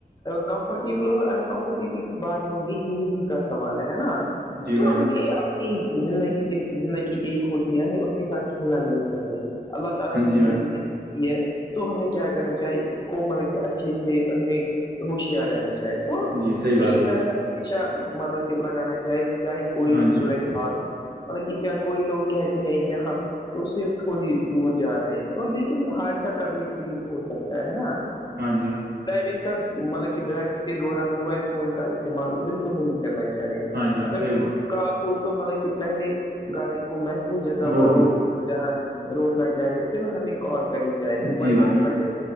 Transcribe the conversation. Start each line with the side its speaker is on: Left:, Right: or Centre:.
Left: کمفرٹیبل اور ان کمفرٹیبل کی بات نہیں ہے زندگی کا سوال ہے ہے نا
Right: جی بھائی
Left: تو
Right: جان
Left: ہمیں اپنی زندگی کے زندگی ایک ہوتی ہے ہمیں اس کے ساتھ کھیلنا نہیں اللہ تعالی
Right: ہاں جی
Left: نے ہمیں
Right: بھائی
Left: زندگی یہ تو ہمیں کیا کرنا چاہیے اس کو مطلب کہ اچھے سے ہمیں ہوشیار رہنا چاہیں تھ وہ
Right: جی صحیح
Left: سیٹ
Right: بات بولی
Left: بی ہمیشہ مطلب کہ لگانا چاہے چاہے کوئی
Right: ہاں
Left: بھی
Right: جی
Left: سورجحال
Right: بھائی
Left: ہو مطلب کہ کیا کوئی لوگ کہتے ہیں کیا ہم تو صرف تھوڑی دور جا رہے ہیں تو لیکن حادثہ کبھی بھی ہو سکتا ہے نا
Right: ہاں جی باں
Left: ڈرائیونگ کا مطلب کہ ڈرائیونگ کے دوران موبائل فون کا استعمال بالکل نہیں کرنا چاہیے
Right: ہاں جی بھائی
Left: اگر
Right: صحیح بولا
Left: کال ہو تو مطلب کہ پہلے گاڑی کو محفوظ جگہ
Right: روک
Left: پر روکنا
Right: لو
Left: چاہ روکنا چاہے پھر ہمیں کال کرنی چاہی موبائل
Right: جی بھائی
Left: کی
Right: جان
Left: وجہ